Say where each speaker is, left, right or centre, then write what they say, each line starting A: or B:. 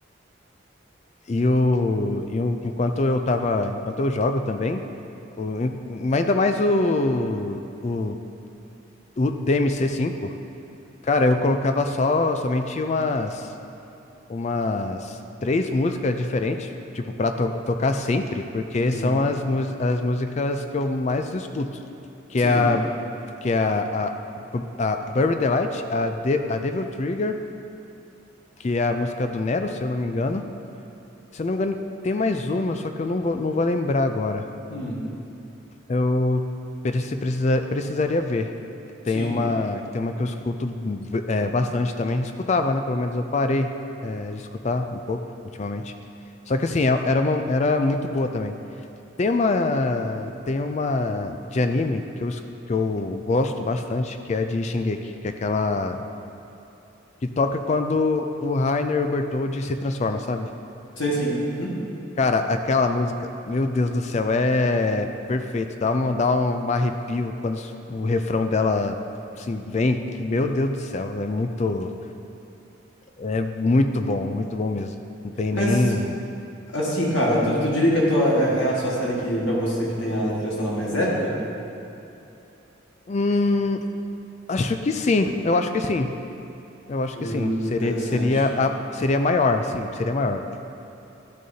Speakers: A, on the left; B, on the left.
A: E o, e o- enquanto eu tava, enquanto eu jogo também, o- en- ainda mais o, o, o dmc cinco cara, eu colocava só somente umas umas três músicas diferentes, tipo para tocar sempre, porque
B: Uhum.
A: são as, mus- as músicas que eu mais escuto, que
B: Sim.
A: é a que é a, a, a Bury the Light, a, De- a Devil Trigger, que é a música do Nero, se eu não me engano. Se eu não me engano, tem mais uma, só que eu não vou, não vou lembrar agora.
B: Hum.
A: Eu preci- precisa- precisaria ver. Tem
B: Sim.
A: uma, tem uma que eu escuto é, bastante também. Escutava, né? Pelo menos eu parei é, de escutar um pouco ultimamente. Só que assim, é- era, uma- era muito boa também. Tem uma, tem uma de anime que eu, es- que eu gosto bastante, que é de Shingeki, que é aquela que toca quando o Reiner e o Bertholdt se transformam, sabe?
B: Sei sim. Uhum.
A: Cara, aquela música, meu Deus do céu, é perfeito. Dá uma, dá um um arrepio quando o refrão dela assim, vem, que meu Deus do céu, é muito, é muito bom, muito bom mesmo. Não tem nem.
B: Mas, assim, cara, tu, tu diria que a tua, é, é a sua série que, pra você que tem a trilha sonora mais épica?
A: Hum, acho que sim, eu acho que sim. Eu acho
B: Hum,
A: que sim. Seria,
B: interessante.
A: seria, a, seria maior, sim, seria maior.